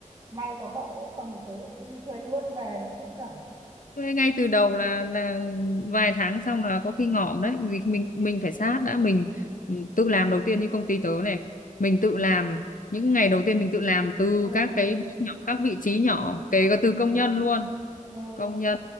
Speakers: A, on the right; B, on the left.
A: May có cậu ấy, không thì tớ lại cứ đi thuê luôn về chết dở.
B: thuê ngay từ đầu là là vài tháng xong là có khi ngỏm đấy vì mình mình phải sát đã mình ừ, tự làm đầu tiên như công ty tớ này mình tự làm những ngày đầu tiên mình tự làm từ
A: Ờ
B: các
A: ờ.
B: cái bước nhỏ các vị trí nhỏ kể cả từ công nhân luôn
A: ờ
B: công nhân